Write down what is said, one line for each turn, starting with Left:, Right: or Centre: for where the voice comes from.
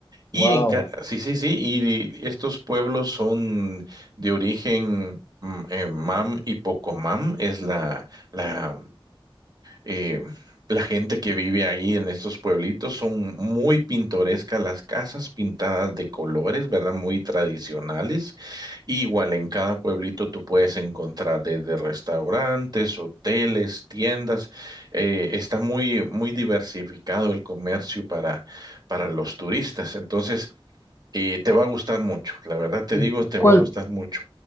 Right: Y
Left: wow.
Right: en ca- sí, sí, sí, y estos pueblos son de origen mm, eh, Mam y Pocomam, es la, la eh, la gente que vive ahí en estos pueblitos son muy pintorescas, las casas pintadas de colores, ¿verdad? Muy tradicionales. Y igual en cada pueblito tú puedes encontrar desde restaurantes, hoteles, tiendas. Eh, está muy, muy diversificado el comercio para, para los turistas. Entonces, eh, te va a gustar mucho, la verdad te
Left: ¿Y
Right: digo, te
Left: cuál?
Right: va a gustar mucho.